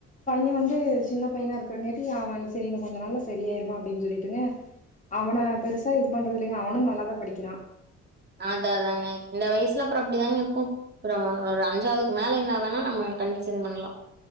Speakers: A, on the left; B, on the right.
A: பைய வந்து சின்ன பையனா இருக்றங்கேட்டி அவன் செரி இன்னு கொஞ்ச நாள்ல செரி ஆயிருவா அப்டின் சொல்லிட்டுங்க அவன பெருசா இது பண்றது இல்லைங்க அவனு நல்லாதா படிக்கிறா.
B: ஆதா தாங்க இந்த வயசுல அப்றோ அப்டிதாங்க இர்க்கு அப்பறோ ஒரு அஞ்சாவதுக்கு மேலய்னாதா நம்ம கண்டிசன் பண்லா